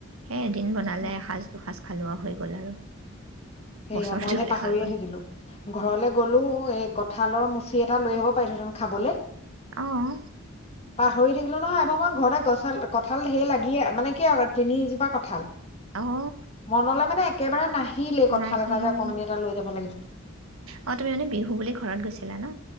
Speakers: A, on the right (about 85°); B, on the left (about 30°).
A: সেই এদিন বনালে
B: অ
A: এসাঁজ দুসাঁজ। খালো আৰু হৈ গ'ল আৰু।
B: সেয়া
A: বছৰটোলৈ
B: মই যে পাহৰিয়ে
A: হৈ গ'ল
B: থাকিলোঁ ঘৰলে গ'লো এ কঁঠালৰ মুচি এটা লৈ আহিব পাৰিলোঁ <unintelligible> খাবলে।
A: অঁ
B: পাহৰি থাকিলো নহয় এবাৰ মই ঘৰতে গছ কঠাল ধেৰ লাগিয়ে মানে কি আৰু তিনিজোপা কঁঠাল।
A: অঁ
B: মনলে মানে একেবাৰে নাহিলে। কঠাল
A: নাহিল
B: এটা যে অকমানি এটা লৈ যাব লাগিছিল
A: অঁ তুমি মানে বিহু বুলি ঘৰত গৈছিলা ন